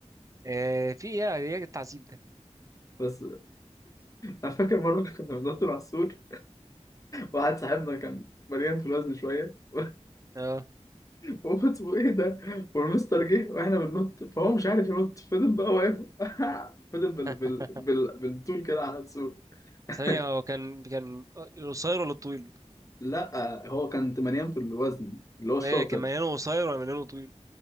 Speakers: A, on the right; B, on the left.
A: آه في ايه ايه التعذيب ده
B: بس أنا فاكر مرة كنا بندور على السور واحد صاحبنا كان مليان في الوزن شويه <laughs>
A: اه
B: وقلت له ايه ده والمستر جه واحنا بننط فهو مش عارف ينط فضل بقى واقف <laughs> فضل بال...
A: <laughs>
B: بال... بال... بالطول كده على السور <laughs>
A: ثانيه هو كان كان القصير ولا الطويل
B: لا هو كان مليان في الوزن اللي هو الشاطر
A: ايه كان مليانه قصير ولا مليانه طويل